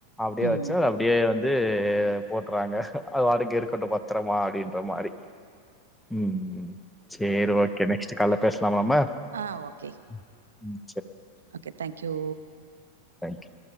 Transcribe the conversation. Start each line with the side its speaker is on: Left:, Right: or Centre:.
Centre: அப்டியே
Right: ம்.
Centre: வச்சு அப்டியே வந்து இது போட்டுறாங்க அது பாட்டுக்கு இருக்கட்டும் பத்திரமா அப்டின்னு மாரி உம் சரி ஓகே நெக்ஸ்ட் கால்ல பேச அமமா
Right: ஆ ஓகே.
Centre: உம்
Right: ஓகே தேங்க்யூ
Centre: தேங்க் யூ